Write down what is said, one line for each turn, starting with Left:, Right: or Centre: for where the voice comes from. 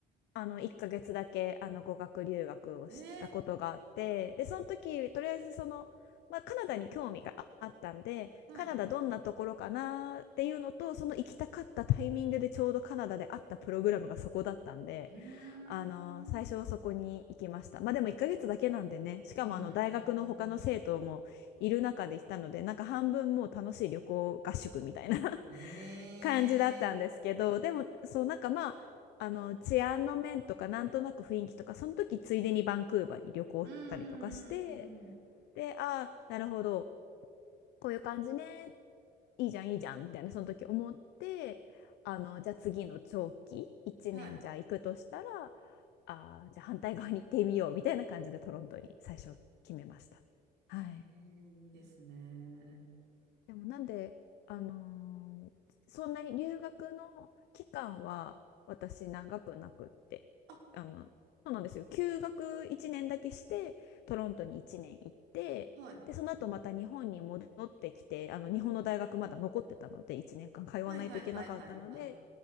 Left: あの1ヶ月だけあの語学留学をしたことがあってでその時とりあえずその、
Right: えー。
Left: まあ、カナダに興味がああったんでカナダどんなところかなっていうのとその行きたかったタイミングでちょうどカナダであったプログラムがそこだったんで
Right: はい。うーん。
Left: あの最初はそこに行きましたまあでも1ヶ月だけなんでねしかもあの大学の他の生徒もいる中で行ったのでなんか半分もう楽しい旅行合宿みたいな
Right: うんうんうんうん。えー。
Left: 感じだったんですけど、でも、そう、なんかまあ、あの、治安の面とか、なんとなく雰囲気とか、その時、ついでにバンクーバーに旅行したりとかして、
Right: うん、うん、うんうん。
Left: で、ああ、なるほど、こういう感じね、いいじゃん、いいじゃん、みたいな、その時思って、あの、じゃあ次の長期、1年じゃあ行くとしたら、
Right: はい。
Left: ああ、じゃあ反対側に行ってみよう、みたいな感じでトロントに最初決めましたね。はい。
Right: えー、いいですね。
Left: でもなんで、あのーそんなに留学の期間は私長くなくって、
Right: あ、
Left: あの、そうなんですよ。休学1年だけして、トロントに1年行って、
Right: はい。
Left: で、その後また日本に戻ってきて、あの、日本の大学まだ残ってたので、1年間通わないといけなかったので、
Right: はい、はい、はい、はい、はい。